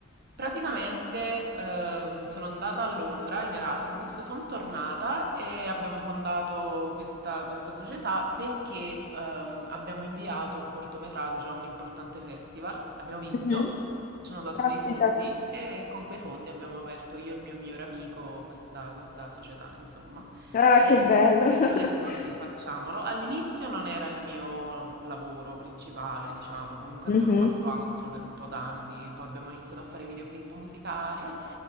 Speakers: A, on the right; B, on the left.
A: Praticamente ehm, sono andata a Londra in Erasmus, sono tornata e abbiamo fondato questa, questa società perché ehm, abbiamo inviato un cortometraggio a un importante festival, abbiamo vinto
B: Mhm.
A: ci hanno dato
B: Caspita.
A: dei fondi e con quei fondi abbiamo aperto io e il mio migliore amico questa, questa società, insomma.
B: Ah,
A: E
B: che bello. <laughs>
A: ho detto, ma sì, facciamolo. All'inizio non era il mio lavoro principale, diciamo, comunque
B: Mhm.
A: abbiamo fatto altro per un po' d'anni, poi abbiamo iniziato a fare videoclip musicali. eh.